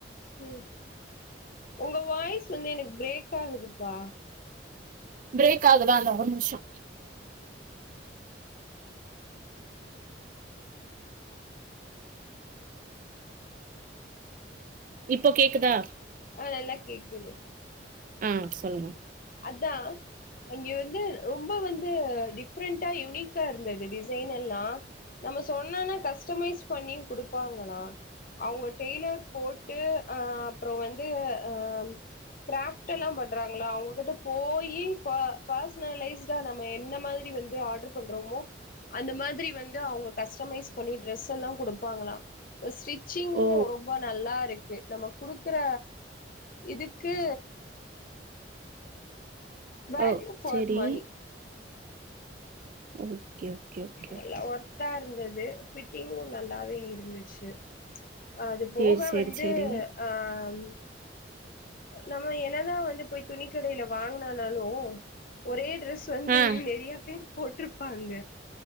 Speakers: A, on the left; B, on the right.
A: உம் உங்க வாய்ஸ் வந்து எனக்கு பிரேக் ஆகுதுப்பா
B: பிரேக் ஆகுதா இந்த ஒரு நிமிஷம் இப்போ கேக்குதா
A: ஆ நல்லா கேக்குது
B: ஆஹ் சொல்லுங்க
A: அதான் அங்க வந்து ரொம்ப வந்து டிஃப்ரெண்டா யுனிக்கா இருந்தது டிசைன் எல்லா நம்ம சொன்னனா கஸ்டமைஸ் பண்ணி கொடுப்பாங்களாம் அவங்க டெய்லர் போட்டு ஆஹ் அப்புறம் வந்து ஆஹ் கிராஃப்ட் எல்லா பண்றாங்களாம் அவங்க கிட்ட போயி பா பார்ஷ்னலைஷ்டா நம்ம என்ன மாரி வந்து ஆர்டர் பண்றோமோ அந்த மாதிரி வந்து அவுங்க கஷ்டமைஸ் பண்ணி டிரஸ் எல்லா கொடுப்பாங்களாம் ஸ்ட்ரி ச்சிங்கும்
B: ஓ
A: ரொம்ப நல்லாருக்கு நம்ம குடுக்குற இதுக்கு வேல்யூ
B: ஓ
A: ஃபார்
B: செரி
A: மணி
B: ஓகே ஓகே ஓகே
A: நல்லா
B: ஓகே
A: ஒர்த்தா இருந்தது ஃபிட்டிங்கும் நல்லாவே இருந்திச்சு அது
B: சேரி
A: போக
B: சேரி
A: வந்து
B: சேரி
A: ஆஹ் <unintelligible> நம்ம என்னதான் வந்து போய் துணிக்கடையில வாங்கினானாலும் ஒரே ட்ரெஸ் வந்து
B: ஆ
A: நிறைய பேர் போட்டிருப்பாங்க